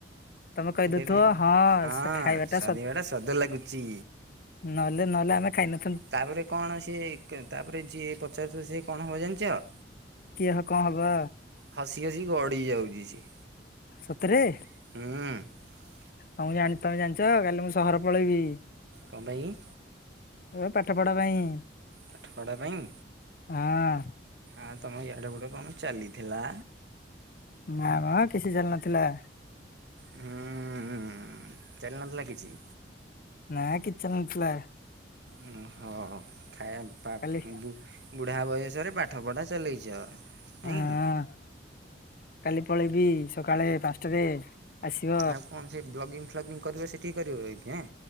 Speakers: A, on the left (about 50°); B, on the right (about 65°).
A: ତମେ କହିଦଉଥିବ
B: ମୁଁ କହିବି ହଁ
A: ଖାଇବା ଟା
B: ସ୍ୱାଦିଭାଟା ସ୍ୱାଦ ଲାଗୁଚି।
A: ନହଲେ ନହଲେ ଆମେ ଖାଇନ
B: ତାପରେ କଣ ସିଏ ତାପରେ ଯିଏ ପଚାରୁଥିବ ସିଏ କଣ ହବ ଜାଣିଚ?
A: କିଏ ହ କଣ ହବ?
B: ହସି ହସି ଗଡି ଯାଉଚି ସିଏ।
A: ସତରେ।
B: ହୁଁ।
A: ତମକୁ ଜାଣି ତମେ ଜାଣିଚ କାଲି ମୁଁ ସହର ପଳେଇବି।
B: କଁ ପାଇଁ କି?
A: ଓହ ପାଠପଢ଼ା ପାଇଁ।
B: ପାଠପଢ଼ା ପାଇଁ।
A: ହଁ।
B: ଆଉ ତମ ୟାଡେ ଗୁଡେ କଣ ଚାଲିଥିଲା?
A: ନା ବା କିଛି ଚାଲି ନଥିଲା।
B: ଉଁହୁଚାଲି ନଥିଲା କିଛି।
A: ନାଆକିଛି ଚାଲି ନଥିଲା।
B: ମୁହଁ ଖାଇବା ପାଟବୁଵୁ
A: କାଲି
B: ବୁଢା ବୟଷରେ ପାଠ ପଢା ଚଲେଇଚ? ନାଇଁ
A: ହଁ କାଲି ପଳେଇବି ସକାଳେ ପାଞ୍ଚଟାରେ। ଆସିବ
B: ଆଉ କଣ ସେ ବ୍ଲଗିଙ୍ଗି ଫ୍ଲଗିଙ୍ଗି କରିବ ସେଠିକି କରିବ ଯାଇ କି ଆଁ।